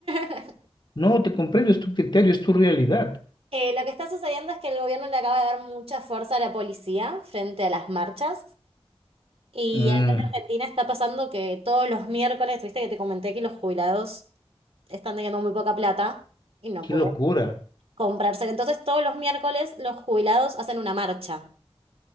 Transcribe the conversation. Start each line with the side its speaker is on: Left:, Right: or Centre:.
Right: <laughs>
Left: No, te comprendo, es tu criterio, es tu realidad.
Right: Eh, lo que está sucediendo es que el gobierno le acaba de dar mucha fuerza a la policía frente a las marchas. Y
Left: Mm,
Right: acá en Argentina está pasando que todos los miércoles, viste que te comenté que los jubilados están teniendo muy poca plata y no
Left: qué
Right: pueden
Left: locura.
Right: comprarse. Entonces todos los miércoles los jubilados hacen una marcha.